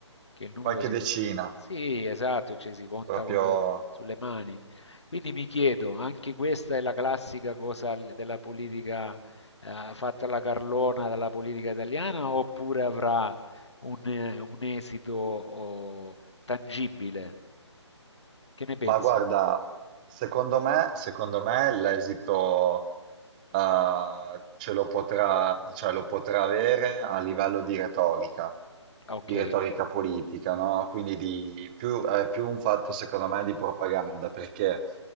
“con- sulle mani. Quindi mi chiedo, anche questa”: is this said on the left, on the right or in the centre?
Left